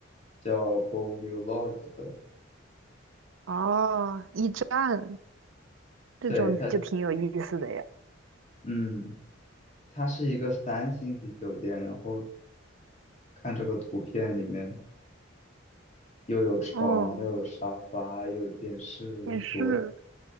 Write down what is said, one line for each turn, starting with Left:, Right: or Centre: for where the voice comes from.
Left: 叫 b o l l e v u e Lodge 的，
Right: 哦，驿站这种就挺有意思的呀。
Left: 对它，嗯，它是一个三星级酒店，然后看这个图片里面又有床，
Right: 哦，
Left: 又有沙发，又有电视、
Right: 也是。
Left: 桌子，